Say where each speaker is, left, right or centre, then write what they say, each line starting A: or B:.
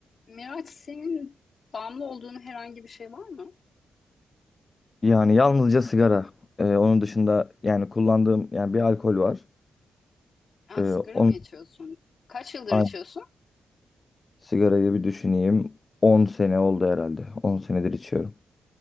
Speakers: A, on the left; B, on the left.
A: Miraç senin bağımlı olduğun herhangi bir şey var mı?
B: Yani yalnızca sigara. Ee, onun dışında yani kullandığım yani bir alkol var.
A: Yani
B: Ee,
A: sigara
B: onun
A: mı içiyorsun? Kaç yıldır
B: Ay,
A: içiyorsun?
B: sigarayı bir düşüneyim. 10 sene oldu herhalde. 10 senedir içiyorum.